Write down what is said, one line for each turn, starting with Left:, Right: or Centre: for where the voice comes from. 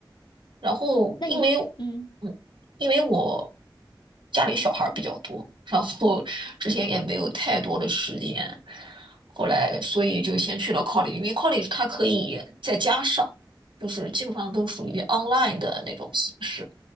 Right: 然后因为
Left: 那你嗯
Right: 嗯，因为我家里小孩儿比较多，然后之前也没有太多的时间，后来所以就先去了 college，因为 college 它可以在家上，就是基本上都属于 online 的那种形式，